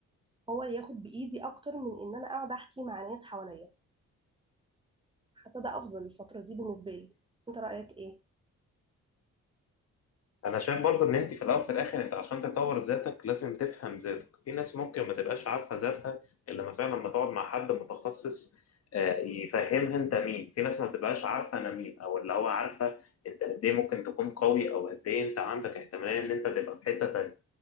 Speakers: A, on the right (about 15°); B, on the left (about 50°).
A: هو اللي ياخد بايدي اكتر من ان انا اقعد احكي مع ناس حواليا حاسه ده افضل الفتره دي بالنسبه لي انت رايك ايه
B: انا شايف برضو ان انت في الاول وفي الاخر انت عشان تطور ذاتك لازم تفهم ذاتك في ناس ممكن ما تبقاش عارفه ذاتها الا لما فعلا لما تقعد مع حد متخصص آه، يفهمها انت مين في ناس ما بتبقاش عارفه انا مين او اللي هو عارفه انت قد ايه ممكن تكون قوي او قد ايه انت عندك احتماليه ان انت تبقى في حته تانيه